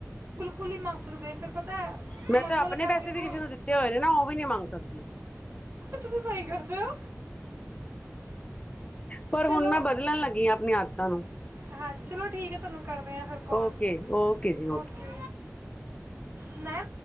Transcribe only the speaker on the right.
ਕੁਲੀ ਮ <unintelligible> ਸਕਦੇ ਫਰ ਪਤਾ
ਮੰਗੋ
ਕਰਨ
ਵੀ
ਤੁਸੀਂ ਸਹੀ ਕਰਦੇ ਹੋ
ਚਲੋ
ਹਾਂਜੀ ਚਲੋ ਠੀਕ ਆ ਤਨੂੰ ਕਰਦੇ ਆ ਫਿਰ ਕਾਲ
ਓਕੇ ਮੈਂ